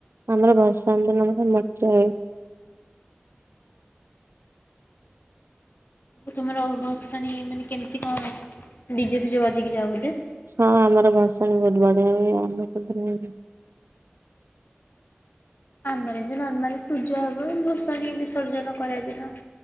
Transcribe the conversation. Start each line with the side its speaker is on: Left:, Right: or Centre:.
Right: ଆମର ଭସାଣି ଦିନ ବଢିଆ ମଜା ହୁଏ।
Left: ଆଉ ତମର ଭସାଣି ମାନେ କେମ୍ତି କଣ ଡିଜେ ଫିଜେ ବଜେଇକି ଯାଅ ବୋଧେ?
Right: ହଁ ଆମର ଭଷାଣି ବହୁତ ବଢିଆ ହୁଏ ଆମ ଖୁଦୁରୁକୁଣି
Left: ଆମର ଏମ୍ତି ନର୍ମାଲ ପୂଜା ହବ ଭସଣୀ ବିସର୍ଜନ କରିଆ ଦିନ।